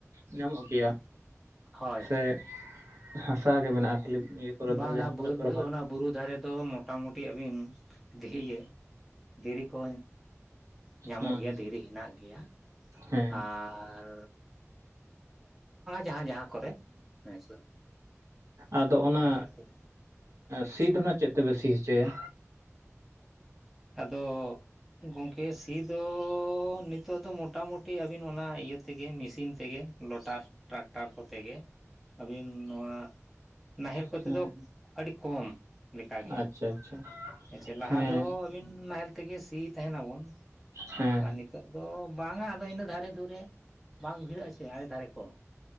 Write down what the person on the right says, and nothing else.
ᱧᱟᱢᱚᱜ ᱜᱮᱭᱟ
ᱥᱮ ᱦᱟᱥᱟ ᱜᱮ ᱢᱮᱱᱟᱜᱼᱟ ᱠᱷᱟᱹᱞᱤ <unintelligible>
ᱡᱟᱦᱟᱸ ᱠᱚᱨᱮ
ᱯᱮ ᱨᱚᱦᱚᱭ
ᱦᱩᱸ
ᱦᱩᱸ
ᱦᱮᱸ
<inaudible> ᱟᱫᱚ ᱚᱱᱟ
ᱥᱤ ᱫᱚ ᱱᱟᱜ ᱪᱮᱫ ᱛᱮᱵᱤᱱ ᱥᱤ ᱦᱚᱪᱚᱭᱟ?
ᱦᱮᱸ
ᱟᱪᱪᱷᱟ ᱟᱪᱪᱷᱟ
ᱦᱮᱸ
ᱦᱮᱸ